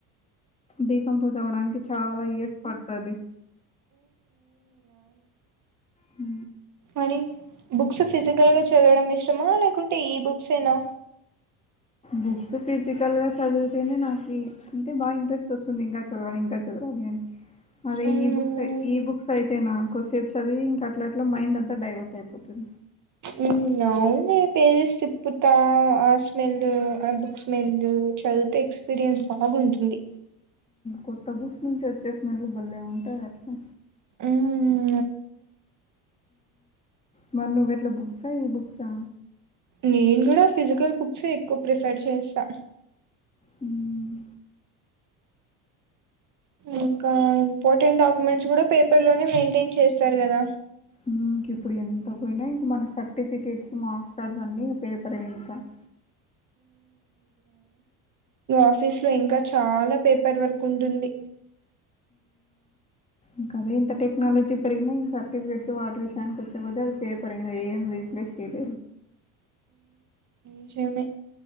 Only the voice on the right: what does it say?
అనీ బుక్స్ ఫిజికల్ గా చదవడం ఇష్టమా లేకుంటే ఈ బుక్స్ేనా
మ్మ్
ఉన యి పేజెస్ తిప్పుతా ఆ స్మెల్ ఆ బుక్ స్మెల్ చదివితే ఎక్స్పీరియన్స్ బా బాగుంటుంది
ఉమ్
నేను కూడా ఫిజికల్ బుక్స్ే ఎక్కువ ప్రిఫర్ చేస్తా
ఇంకా ఇంపార్టెంట్ డాక్యుమెంట్స్ కూడా పేపర్ లోనే మెయింటైన్ చేస్తారు కదా
ఆఫీస్ లో ఇంకా చాలా పేపర్ వర్క్ ఉంటుంది
నిజమే